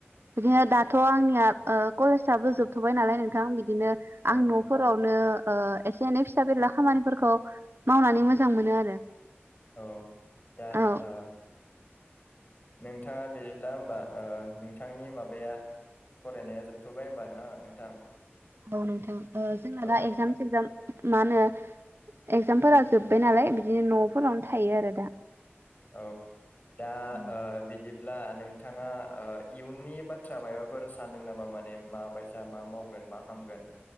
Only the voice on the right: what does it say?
बिदिनो दाथ' आंनिया ओ कलेजाबो जोबथ'बाय नालाय नोंथां बिदिनो।
आं न'फोरावनो। ओ एसे एनै फिसा बेरला खामानिफोरखौ मावनानै मोजां मोनो आरो।
औ
औ नोंथां। ओ जोंना
दा एक्जाम सेक्जाम। मा होनो एगजामफोरा जोब्बाय नालाय बिदिनो न'फोरावनो थायो आरो दा।
औ